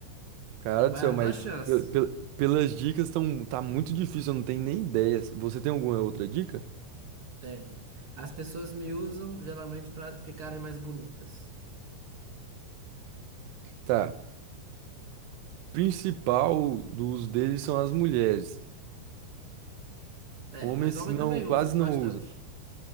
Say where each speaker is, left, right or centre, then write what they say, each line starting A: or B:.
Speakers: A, on the right (about 85°); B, on the right (about 45°).
A: Cara
B: Vai,
A: do céu,
B: a
A: mas
B: tua chance.
A: pe- pe- pelas dicas tão, tá muito difícil, eu não tenho nem ideia. Você tem alguma outra dica?
B: Tem. As pessoas me usam geralmente para ficarem mais bonitas.
A: Tá. Principal do uso deles são as mulheres.
B: É,
A: Homens
B: mas homem
A: não,
B: também usa
A: quase
B: bastante.
A: não usam.